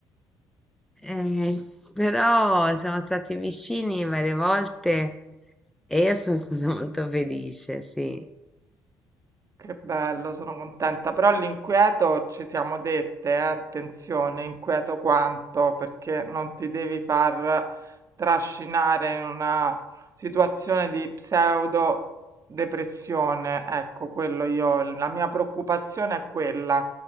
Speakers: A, in the centre; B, on the right.
A: Eh, però siamo stati vicini varie volte e io sono stata <laughs> molto felice, sì.
B: Che bello, sono contenta, però l'inquieto ci siamo dette, eh, attenzione, inquieto quanto, perché non ti devi far trascinare in una situazione di pseudo depressione. Ecco, quello io, la mia preoccupazione è quella.